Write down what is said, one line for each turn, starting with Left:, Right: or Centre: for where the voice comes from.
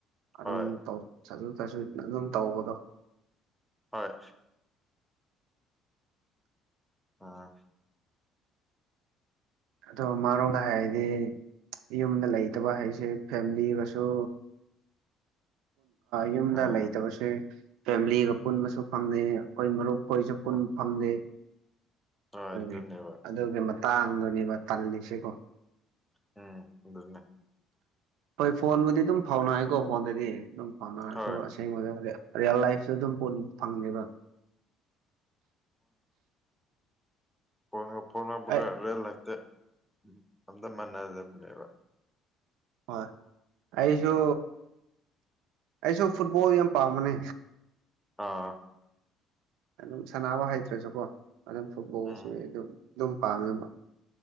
Right: ꯑꯗꯨꯝ
Centre: ꯍꯣꯏ
Right: ꯇꯧ ꯆꯠꯁꯨ ꯆꯥꯠꯁꯨ ꯑꯗꯨꯝ ꯇꯧꯕꯗꯣ
Centre: ꯍꯣꯏ ꯑꯥ
Right: ꯑꯗꯣ ꯃꯥꯔꯣꯗ ꯍꯥꯏꯔꯗꯤ ꯌꯨꯝꯗ ꯂꯩꯇꯕ ꯍꯥꯏꯁꯦ ꯐꯦꯃꯤꯂꯤꯒꯁꯨ ꯌꯨꯝꯗ
Centre: ꯑꯥ
Right: ꯂꯩꯇꯕꯁꯦ ꯐꯦꯃꯤꯂꯤꯒ ꯄꯨꯟꯕꯁꯨ ꯐꯪꯅꯦ ꯑꯩꯈꯣꯏ ꯃꯔꯨꯞ ꯑꯩꯣꯏꯁꯨ ꯄꯨꯟ
Centre: ꯍꯣꯏ
Right: ꯐꯪꯗꯦ
Centre: ꯍꯣꯏ ꯑꯗꯨꯅꯦꯕ
Right: ꯑꯗꯨꯒꯤ ꯑꯗꯨꯒꯤ ꯃꯇꯥꯡꯗꯨꯅꯦꯕ ꯇꯜꯂꯤꯁꯤꯀꯣ
Centre: ꯎꯝ ꯍꯟꯅ
Right: ꯍꯣꯏ ꯐꯣꯟꯕꯨꯗꯤ ꯑꯗꯨꯝ ꯐꯥꯎꯅꯑꯀꯣ ꯐꯣꯟꯗꯗꯤ ꯑꯗꯨꯝ ꯐꯥꯎꯅꯔꯁꯨ
Centre: ꯍꯣꯏ
Right: ꯑꯁꯦꯡꯕꯗꯕꯨꯗꯤ ꯔꯤꯌꯦꯜ ꯂꯥꯏꯐꯇ ꯑꯗꯨꯝ ꯄꯨꯣꯅꯤꯡ ꯐꯪꯉꯦꯕ
Centre: ꯎꯝꯉ ꯐꯅꯝꯕꯒ
Right: ꯑꯩ
Centre: ꯔꯦꯠ ꯂꯥꯏꯇ ꯎ ꯑꯝꯇ ꯃꯥꯟꯅꯖꯕꯅꯦꯕ
Right: ꯍ ꯑꯩꯁꯨ ꯑꯩꯁꯨ ꯐꯨꯠꯕꯣꯜ ꯌꯥꯝ ꯄꯥ ꯃꯅꯦ
Centre: ꯑꯥ
Right: ꯑꯗꯨꯝ ꯁꯅꯕ ꯍꯩꯇ꯭ꯔꯁꯨꯀꯣ ꯑꯗꯨꯝ ꯐꯨꯠꯕꯣꯜꯁꯨ
Centre: ꯎꯝ
Right: ꯑꯗꯨꯝ ꯑꯗꯨꯝ ꯄꯥꯝꯃꯦꯕ